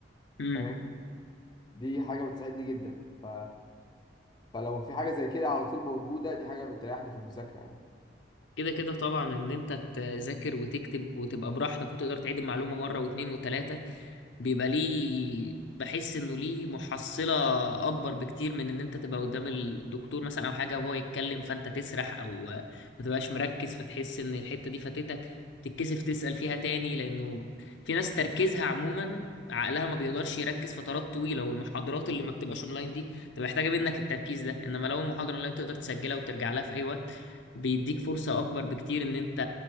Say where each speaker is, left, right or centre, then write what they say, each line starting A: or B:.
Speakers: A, on the left; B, on the left.
A: امم
B: فاهم دي حاجه بتساعدني جدا ف... فلو في حاجه زي كده على طول موجوده دي حاجه بتريحني في المذاكره يعني
A: كده كده طبعا ان انت تذاكر وتكتب وتبقى براحتك وتقدر تعيد المعلومة مرة واثنين وثلاثة بيبقى ليه بحس انه ليه محصلة اكبر بكتير من ان انت تبقى قدام الدكتور مثلا او حاجة وهو يتكلم فانت تسرح او آه، ما تبقاش مركز فتحس ان الحتة دي فاتتك تتكسف تسأل فيها تاني لانه في ناس تركيزها عموما عقلها ما بيقدرش يركز فترات طويلة والمحاضرات اللي ما بتبقاش اونلاين دي بتبقى محتاجة منك التركيز ده انما لو المحاضرة اونلاين تقدر تسجلها وترجع لها في اي وقت بيديك فرصة اكبر بكتير ان انت